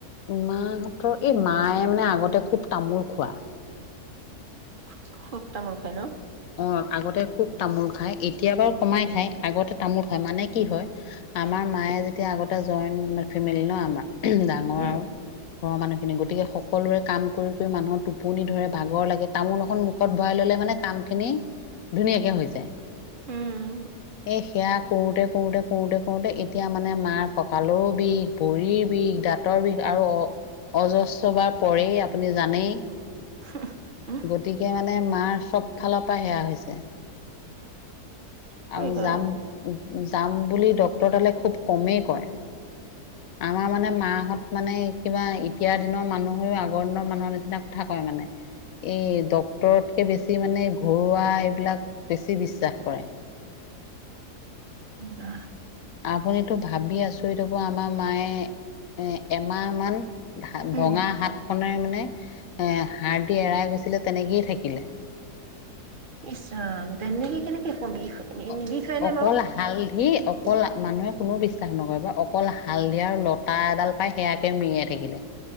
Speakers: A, on the left; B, on the right.
A: মাহঁতৰ এই মায়ে মানে আগতে খুব তামোল খোৱা।
B: খুব-খুব তামোল খায় ন'?
A: অ' আগতে খুব তামোল খায়। এতিয়া বাৰু কমাই খাই আগতে তামোল খায় । মানে কি হয়, আমাৰ মায়ে যেতিয়া আগতে জইণ্ট ফেমিলি ন' আমাৰ ডাঙৰ
B: উম,
A: আৰু। ঘৰৰ মানুহখিনি । গতিকে সকলোৰে কাম কৰি কৰি মানুহৰ টোপনি ধৰে, ভাগৰ লাগে, তামোল এখন মুখত ভৰাই ল'লে মানে কাম খিনি ধুনীয়াকে হৈ যায়।
B: উম
A: এই সেয়া কৰোঁতে কৰোঁতে কৰোঁতে কৰোঁতে এতিয়া মানে মাৰ কঁকালৰো বিষ ভৰিৰ বিষ দাঁতৰ বিষ আৰু অ-অজস্ৰ বাৰ পৰেই আপুনি জানেই।
B: হঁ-হঁ।
A: গতিকে মানে মাৰ চব ফালৰ পৰা সেয়া হৈছে।
B: কি কৰিবা
A: আৰু যাম যাম বুলি ডক্তৰতালে খুব কমেই কয়। আমাৰ মানে মাহঁত মানে কিবা এতিয়াৰ দিনৰ মানুহ হৈও আগৰ দিনৰ মানুহৰ নিচিনা কথা কয় মানে । এই ডক্টৰতকে বেছি মানে ঘৰুৱা এইবিলাক বেছি বিশ্বাস কৰে।
B: বাহ
A: আপুনিতো ভাবি আচৰিত হব আমাৰ মায়ে এ এমাহ মান ভা-ভঙা
B: উম।
A: হাতখনে নে হাৰদি এৰাই গৈছিলে তেনেকেই থাকিলে।
B: ইছ ৰাম! তেনেকে কেনেকে কম বিষ - নিবিষাইনে
A: অ অকল
B: বাৰু?
A: হালধি অকল মানুহে কোনো বিশ্বাস নকৰিব । অকল হালধি আৰু লতা এডাল পাই সেয়াকে মেৰিয়াই থাকিলে।